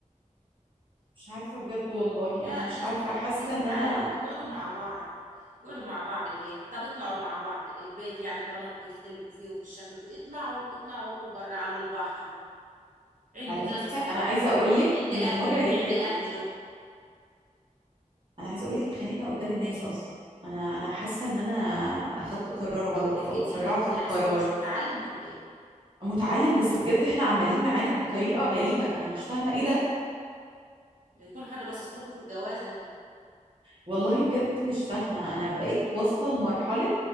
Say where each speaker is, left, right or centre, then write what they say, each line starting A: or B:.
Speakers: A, on the right; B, on the right.
A: مش عارفه بجد والله
B: لا
A: انا مش
B: لازم
A: عارفه
B: يكون
A: حاسه
B: في
A: ان
B: تعاون
A: انا
B: اقعدوا مع بعض اقعدوا مع بعض هيك طب اطلعوا مع بعض البيت يعني طالما بتختلفوا فيه وبتشكلوا فيه اطلعوا اطلعوا روحوا برا على البحر عند
A: على
B: ناس
A: فكرة
B: اصحابكم
A: أنا عايزة أقولك
B: عند اهلك
A: إن المرة اللي
B: عند
A: فاتت
B: اهله
A: أنا عايزة أقولك اتخانقنا قدام الناس أصلا أنا أنا حاسة إن أنا أخدت قرار غلط
B: كيف
A: أو
B: قدام
A: اتسرعت
B: الناس
A: في القرار
B: هو مش متعلم ولا ايه
A: متعلم بس بجد إحنا عمالين نعاند بطريقة غريبة أنا مش فاهمة إيه ده
B: لا يكون حد باصص لكم في الجوازه ها
A: والله بجد مش فاهمة أنا بقيت واصلة لمرحلة